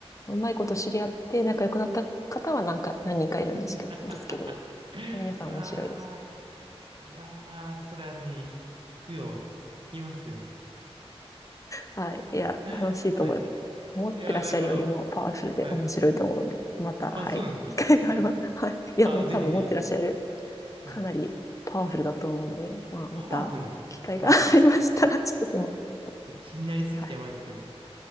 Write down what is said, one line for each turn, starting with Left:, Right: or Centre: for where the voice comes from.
Left: うまいこと知り合って仲良くなった方はなんか何人かいるんですけど、
Right: <laughs>
Left: ですけど皆さん面白いです。
Right: うわー、うわー、それはね、い、行くよ。行きますよ。
Left: はい。いや、
Right: <laughs>
Left: 楽しいと思います。
Right: はい。
Left: 思ってらっしゃるよりもパワフルで面白いと思うので、
Right: いやー、なるほど。はい。
Left: また、
Right: あ、
Left: はい。
Right: そうなんですね。
Left: 機会があれば、
Right: はい、
Left: はい。いや、
Right: あ、
Left: もう多分思ってらっしゃる、
Right: ぜひぜひ。はい。
Left: かなりパワフルだと思うので、まあ、
Right: パワフル。
Left: また、機会がありましたら、
Right: はい。い
Left: ちょっとその話も、
Right: や気になりすぎてやばいですけど。
Left: はい。